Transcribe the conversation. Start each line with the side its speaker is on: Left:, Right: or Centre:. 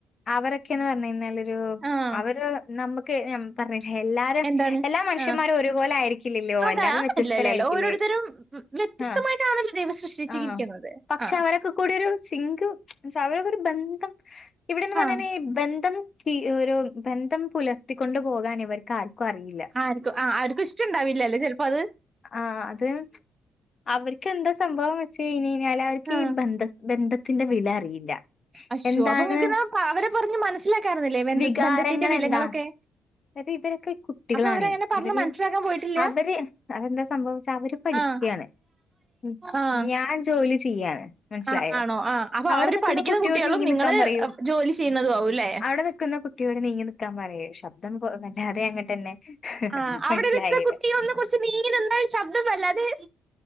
Left: അവരൊക്കേന്ന് പറഞ്ഞഴിഞാലൊരു
Right: ആഹ്
Left: ക്ക് നമക്ക് ഞം പറഞ്ഞില്ലെ എല്ലാ രും
Right: എന്താണ്
Left: എല്ലാ മനുഷ്യന്മാരും
Right: ആഹ്
Left: ഒരുപോലെ ആയിരിക്കില്ലല്ലോ
Right: അത
Left: എല്ലാരും
Right: അതല്ലല്ലല്ലോ
Left: വ്യത്യസ്തരായിരിക്കില്ലേ
Right: ഓരോരുത്തരും വ്യത്യസ്തമായിട്ടാണല്ലോ
Left: ആഹ്
Right: ദൈവം സൃഷ്ടിച്ചിരിക്കുന്നത്
Left: ആഹ് പക്ഷെ
Right: ആഹ്
Left: അവരൊക്കെ കൂടെ ഒരു സിംഗു സ അവരൊക്കെ ഒരു ബന്ധം ഇവിടെന്നുംപറഞ്ഞയിഞ്ഞാ
Right: ആഹ്
Left: ബന്ധം ക്ക് ഒരു ബന്ധം പുലർത്തിക്കൊണ്ടുപോകാൻ ഇവര്ക്കാര് ക്കൊറിയില്ല
Right: ആര്ക്കു ആഹ് അവര്ക്കു ഇഷ്ടിണ്ടാവില്ലല്ലോ ചെൽപ്പത്
Left: ആഹ് അത് അവര്ക്ക് എന്താ സംഭവം വെച്ച് കഴിഞ്ഞഴിഞ്ഞാല് അവർക്ക്
Right: ആഹ്
Left: ഈ ബന്ധം ബന്ധത്തിന്റെ വില അറിയില്ല.
Right: അശ്ശോ
Left: എന്താണ്
Right: അപ്പൊ നിങ്ങക്ക്ന്നാ പ അവരെ പറഞ്ഞ് മനസ്സിലാക്കാരുന്നില്ലേ ബന്ധത്
Left: വികാരങ്ങൾ
Right: ബന്ധത്തിന്റെ വിലങ്ങളൊക്കെ?
Left: എന്താ അതായത് ഇവരൊക്കെ ഇ കുട്ടികളാണെ
Right: അപ്പൊ അവരങ്ങനെ പറഞ്ഞ്
Left: ഇവര്
Right: മനസ്സിലാക്കാൻ പോയിട്ടില്ല
Left: അവര് അതെന്താ സംഭവം വെച്ചാ അവര് പഠിക്ക്യാണ്
Right: ആഹ്
Left: ഉം
Right: ആഹ്
Left: ഞാൻ ജോലി ചെയ്യാണ്. മൻസ്സിലായോ?
Right: ആഹ് ആണോ ആഹ് അപ്പൊ
Left: അവിടെ
Right: അവര്
Left: നിക്കുന്ന
Right: പഠിക്കുന്ന
Left: കുട്ടിയോട്
Right: കുട്ടികളും
Left: നീങ്ങി
Right: നിങ്ങള്
Left: നിക്കാൻ പറയു
Right: ജോലി ചെയ്യുന്നതും ആവുംല്ലേ
Left: അവിടെ നിക്കുന്ന കു- കുട്ടിയോട് നീങ്ങി നിക്കാൻ പറയ് ശബ്ദം പൊ വല്ലാതെ അങ്ങട്ടെന്നെ
Right: ആഹ് അവ്ടെ
Left: മനസ്സിലായില്ല.
Right: നിക്ക്ണ കുട്ടിയൊന്നു കൊറ്ച്ച് നീങ്ങി നിന്ന ശബ്ദം വല്ലാതെ